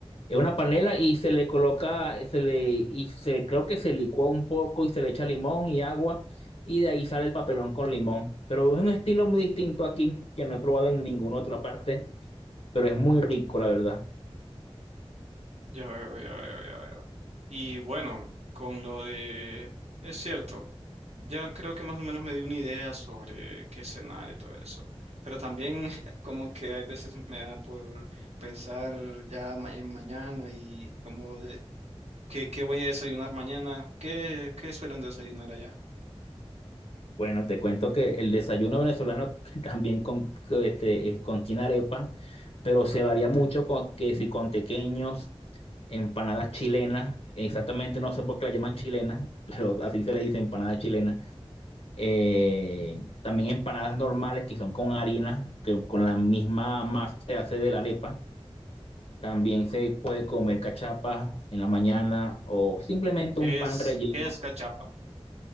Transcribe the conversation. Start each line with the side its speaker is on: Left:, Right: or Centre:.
Left: Es una panela y se le coloca, se le, y se, creo que se licúa un poco y se le echa limón y agua y de ahí sale el papelón con limón. Pero es un estilo muy distinto aquí que no he probado en ninguna otra parte, pero es muy rico, la verdad.
Right: Ya veo, ya veo, ya veo. Y bueno, con lo de... Es cierto. Yo creo que más o menos me di una idea sobre qué cenar y todo eso. Pero también <laughs> como que hay veces me da por pensar ya ma- en mañana y como de qué, qué voy a desayunar mañana. ¿Qué, qué suelen desayunar allá?
Left: Bueno, te cuento que el desayuno venezolano <laughs> también con, co- este, es- contiene arepa, pero se varía mucho con que si con tequeños, empanadas chilenas, exactamente no sé por qué la llaman chilenas, <laughs> pero así se le dice empanada chilena. Eh, también empanadas normales que son con harina, que con la misma masa se hace de la arepa. También se puede comer cachapas en la mañana o simplemente
Right: ¿Qué
Left: un pan
Right: es,
Left: relleno
Right: qué es cachapa?